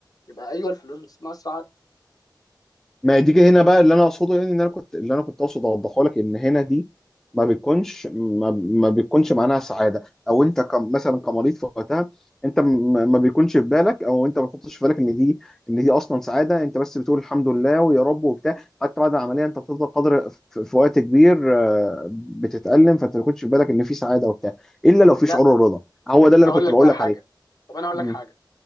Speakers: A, on the left (about 50°); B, in the centre.
A: يبقى ايوه الفلوس بتصنع السعاده
B: ما دي كده هنا بقى اللي انا اقصده يعني ان انا كنت اللي انا كنت اقصد اوضحه لك ان هنا دي ما بتكونش ما, ما بتكونش معناها سعاده او انت كم مثلا كمريض في وقتها انت م- ما بيكونش في بالك او انت ما بتحطش في بالك ان دي ان دي اصلا سعاده انت بس بتقول الحمد لله ويا رب وبتاع حتى بعد العمليه انت بتفضل قدر في, في وقت كبير آه، بتتالم فانت ما بيكونش في بالك ان في سعاده وبتاع الا لو في
A: لا
B: شعور الرضا هو ده اللي
A: اقول
B: انا كنت
A: لك
B: بقول
A: بقى
B: لك
A: حاجه
B: عليه
A: طب انا اقول
B: م-
A: لك حاجه